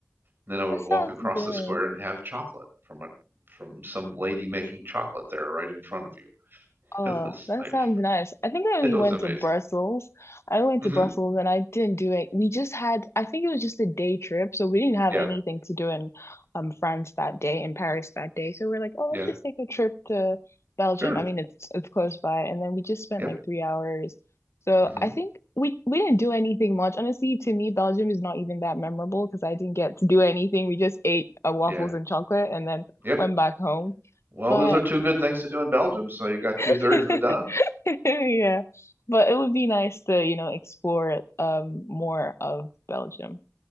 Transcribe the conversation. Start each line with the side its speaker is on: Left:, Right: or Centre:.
Right: then I would
Left: That sounds
Right: walk across
Left: good.
Right: the square and have chocolate from a from some lady making chocolate there right in front of you. <laughs>
Left: Oh,
Right: It was
Left: that
Right: like
Left: sounds nice. I
Right: <laughs>
Left: think I only
Right: it was
Left: went
Right: amazing.
Left: to Brussels. I went
Right: hmm
Left: to Brussels and I didn't do it. We just had, I think it was just a day trip, so we didn't have
Right: Yeah.
Left: anything to do in um France that day, in Paris that day. So we're like, oh,
Right: Yeah.
Left: let's just take a trip to Belgium.
Right: Sure.
Left: I mean, it's it's close by, and then we just spent
Right: Yep.
Left: like three hours. So
Right: hmm
Left: I think we we didn't do anything much. Honestly, to me, Belgium is not even that memorable because I didn't get to do anything. We just ate uh, waffles
Right: Yeah.
Left: and chocolate and then
Right: Yep.
Left: went back home.
Right: Well,
Left: But
Right: those are two good things to do in Belgium, so you got
Left: <laughs>
Right: two thirds of it done.
Left: Yeah. But it would be nice to, you know, explore um more of Belgium.